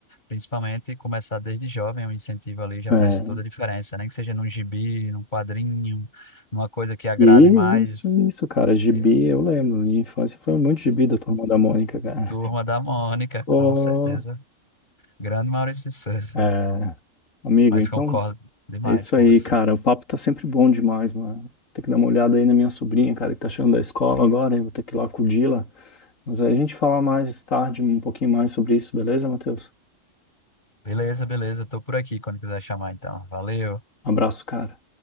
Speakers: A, on the left; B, on the left.
A: principalmente começar desde jovem, um incentivo ali já
B: É.
A: faz toda a diferença, nem que seja num gibi, num quadrinho, numa coisa que agrade
B: E
A: mais.
B: isso, isso, cara, gibi,
A: E
B: eu lembro, minha infância foi muito gibi da Turma da Mônica, cara.
A: Turma da Mônica,
B: Ô,
A: com certeza. Grande Maurício de Souza,
B: é, amigo,
A: mas
B: então
A: concordo demais
B: é isso
A: com
B: aí,
A: você.
B: cara. O papo tá sempre bom demais, mano. Vou ter que dar uma olhada aí na minha sobrinha, cara, que tá chegando da escola agora, eu vou ter que ir lá acudi-la. Mas aí a gente fala mais tarde um pouquinho mais sobre isso, beleza, Matheus?
A: Beleza, beleza, tô por aqui quando quiser chamar, então. Valeu.
B: Abraço, cara.